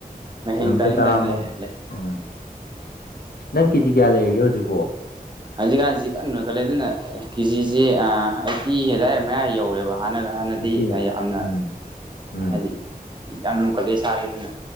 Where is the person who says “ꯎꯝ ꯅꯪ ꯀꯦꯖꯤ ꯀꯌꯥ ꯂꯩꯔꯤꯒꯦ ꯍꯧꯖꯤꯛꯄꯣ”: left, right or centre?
Left